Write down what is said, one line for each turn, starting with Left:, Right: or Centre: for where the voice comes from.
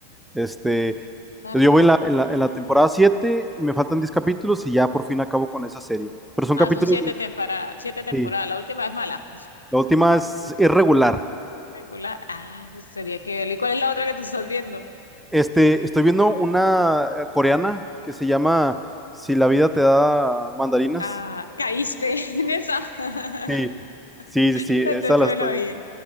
Centre: Este,
Left: Uy, qué larga.
Centre: pues yo voy en la, en la, en la temporada 7 y me faltan 10 capítulos y ya por fin acabo con esa serie. Pero son
Left: Ah,
Centre: capítulos
Left: son siete
Centre: de-
Left: temporadas, siete temporadas.
Centre: sí,
Left: La última es mala.
Centre: la última es, irregular
Left: Regular. Ah, pues tenía que verla. ¿Y cuál es la otra que tú estás viendo?
Centre: Este, estoy viendo una eh, coreana que se llama Si la vida te da mandarinas.
Left: Ah, caíste <laughs> en esa. <laughs>
Centre: Sí, sí, sí, sí, esa
Left: Entonces tú
Centre: la
Left: me
Centre: estoy
Left: la
Centre: viendo.
Left: vi.